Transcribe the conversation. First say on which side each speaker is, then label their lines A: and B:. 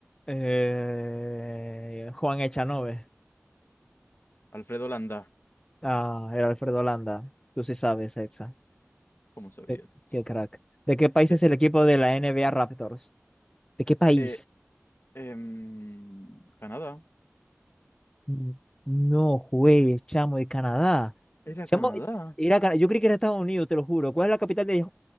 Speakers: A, on the left (about 15°); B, on the left (about 55°).
A: Eh, Juan Echanove.
B: Alfredo Landá,
A: Ah, era Alfredo Landa. Tú sí sabes, Exa.
B: ¿cómo sabías?
A: Qué, qué crack. ¿De qué país
B: De-
A: es el equipo de la NBA Raptors? ¿De qué país?
B: eh, em, Canadá.
A: Mm, No juegues, chamo, de Canadá.
B: Era
A: Chamo,
B: Canadá.
A: era Cana- Yo creí que era Estados Unidos, te lo juro. ¿Cuál es la capital de